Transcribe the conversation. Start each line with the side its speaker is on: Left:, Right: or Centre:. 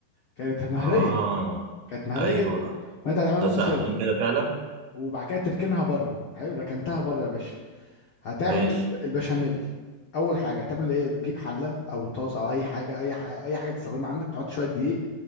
Left: كانت مهرية
Right: اه
Left: كانت مهرية
Right: ايوه
Left: جدا فانت هتعملها نص
Right: تصدق
Left: سوا
Right: عشان كده فعلا
Left: وبعد كده تركنها بره حلو ركنتها بره يا باشا هتعمل
Right: ماشي
Left: البشاميل اول حاجه هتعمل ايه تجيب حله او طاسه او اي حاجه اي ح... اي حاجه تستخدمها عندك تحط شويه دقيق